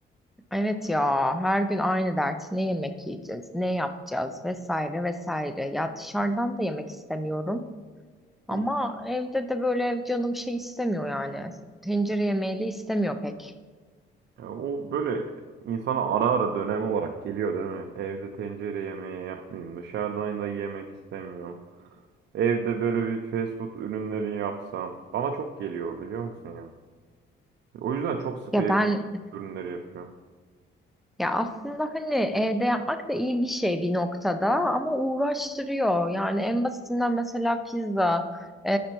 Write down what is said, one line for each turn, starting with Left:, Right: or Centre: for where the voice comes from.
Centre: Evet ya, her gün aynı dert. Ne yemek yiyeceğiz, ne yapacağız vesaire vesaire. Ya dışarıdan da yemek istemiyorum. Ama
Right: İyi.
Centre: evde de böyle canım şey istemiyor yani. Tencere yemeği de istemiyor pek.
Right: Ya o böyle insana ara ara dönem olarak geliyor değil mi? Evde tencere yemeği yapmayayım. Dışarıdan da yemek istemiyorum. Evde böyle bir fast food ürünleri yapsam. Bana çok geliyor biliyor musun ya? O yüzden çok sık
Centre: Ya
Right: evde
Centre: ben
Right: fast food ürünleri yapıyorum.
Centre: Ya aslında hani evde yapmak da iyi bir şey bir noktada ama uğraştırıyor. Yani en basitinden mesela pizza. Ee,